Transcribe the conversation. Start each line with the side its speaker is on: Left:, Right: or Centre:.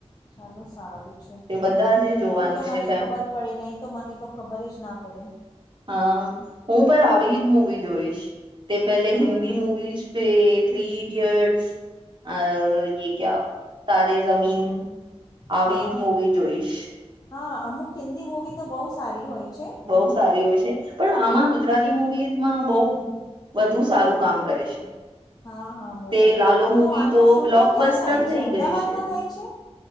Left: ચાલો સારું છે
Right: તે બધા
Left: તમે
Right: જ
Left: કીધું
Right: જોવાનું
Left: તો
Right: છે
Left: મને
Right: ફેમ
Left: ખબર પડે નહીં તો મને તો ખબર જ ના પડે
Right: હા હું પણ આવી જ મુવી જોઈશ તે પેલે
Left: હા
Right: હિન્દી
Left: હા
Right: મુવી જ થ્રી ઇડિયટ્સ અ કયા તાર જમીન
Left: હા
Right: આવી
Left: હા
Right: જ મૂવી જોઈશ
Left: હા અમુક હિન્દી મુૂવી તો બહુ સારી હોય છે
Right: બહુ સારી હોય છે. પણ આમાં ગુજરાતી મૂવીઝમાં બહુ વધુ સારું કામ કરે છે
Left: હા હા બરાબર
Right: તે લાલો મૂવી
Left: તો આનું શૂટિંગ
Right: બ્લોકબસ્ટર
Left: ક્યાં થાય
Right: થઈ
Left: છે અમદાવાદમાં
Right: ગઈ છે
Left: થાય છે.